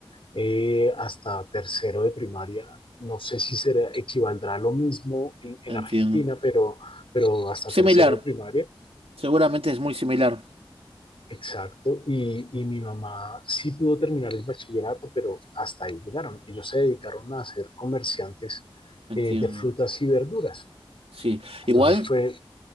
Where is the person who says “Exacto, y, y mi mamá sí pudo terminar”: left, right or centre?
Left